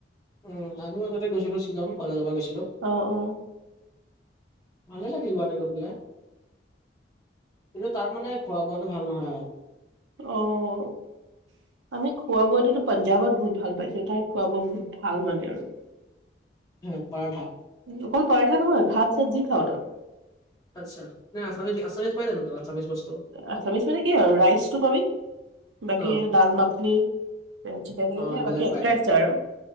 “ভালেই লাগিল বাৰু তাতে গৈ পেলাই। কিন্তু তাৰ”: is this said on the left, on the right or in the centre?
Left